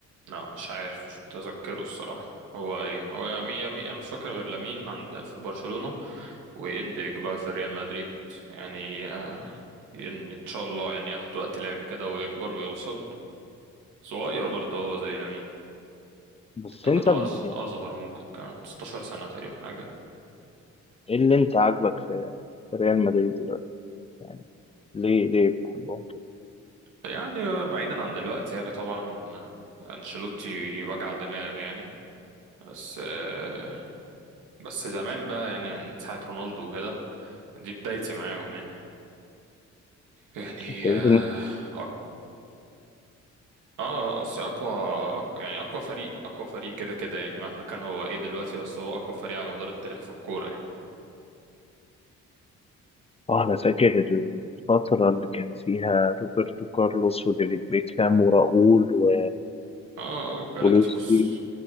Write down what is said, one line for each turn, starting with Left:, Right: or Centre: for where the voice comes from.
Right: لا مش عارف مش متذكره الصراحة هو ايه هو يمين يمين انا مش فاكر غير لامين عند في برشلونة واندريك بقى في ريال مدريد يعني آه، ان إن شاء الله يعني ياخد وقت لعب كده ويكبر ويوصل صغير برضه هو زي لامين
Left: بس
Right: اعتقد
Left: انت
Right: أص-
Left: ب- يعني
Right: اصغر ممكن كمان 16 سنة تقريبا حاجة كده
Left: ايه اللي انت عاجبك في في ريال مدريد دلوقتي يعني ليه ليه بتحبهم كده؟
Right: يعني بعيدا عن دلوقتي يعني طبعا آه، انشيلوتي وجع دماغ يعني بس آه، بس زمان بقى يعني من ساعة رونالدو وكده دي بدايتي معاهم يعني يعني
Left: ابتديت
Right: اه
Left: إن-
Right: أق- آه، اصل اقوى أقوى يعني اقوى فريق اقوى فريق كده كده يعني مهما كان هو ايه دلوقتي بس هو اقوى فريق على مدار التاريخ في الكورة يعني
Left: اه انا فاكر الفترة اللي كان فيها روبرتو كارلوس وديفيد بيكهام وراؤول و...
Right: اه جالاكتيكوس
Left: ولويس فيجو.